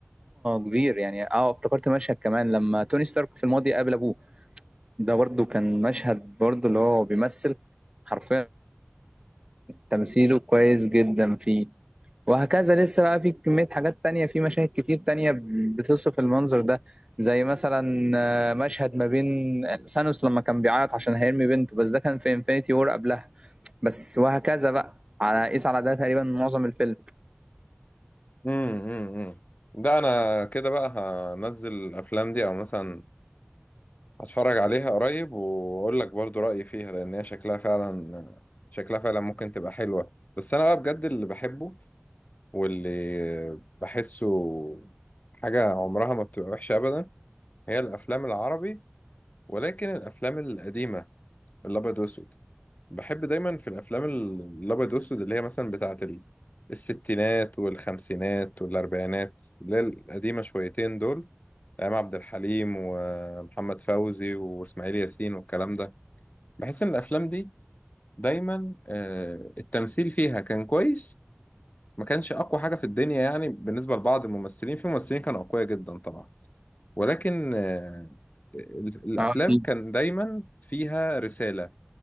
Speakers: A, on the right; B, on the left.
A: كبير يعني اه افتكرت مشهد كمان لما توني ستارك في الماضي قابل ابوه ده برضو كان مشهد برضو اللي هو بيمثل حرفيا تمثيله كويس جدا فيه وهكذا لسه بقى في كمية حاجات تانية في مشاهد كتير تانية بتصف المنظر ده زي مثلا آه، مشهد ما بين سانوس لما كان بيعيط عشان هيرمي بنته بس ده كان في انفينيتي وور قبلها بس وهكذا بقى على قيس على ده تقريبا معظم الفيلم
B: امم امم ده انا كده بقى هنزل الافلام دي او مثلا هتفرج عليها قريب واقول لك برضو رايي فيها لان هي شكلها فعلا شكلها فعلا ممكن تبقى حلوه بس انا بقى بجد اللي بحبه واللي بحسه حاجه عمرها ما بتبقى وحشه ابدا هي الافلام العربي ولكن الافلام القديمه الابيض واسود بحب دايما في الافلام ال- الابيض والاسود اللي هي مثلا بتاعه ال- الستينات والخمسينات والاربعينات اللي هي القديمه شويتين دول ايام عبد الحليم ومحمد فوزي واسماعيل ياسين والكلام ده بحس ان الافلام دي دايما آه، التمثيل فيها كان كويس ما كانش اقوى حاجه في الدنيا يعني بالنسبه لبعض الممثلين في ممثلين كانوا اقوياء جدا طبعا ولكن آه، ال- الافلام
A: اه اكيد
B: كان دايما فيها رساله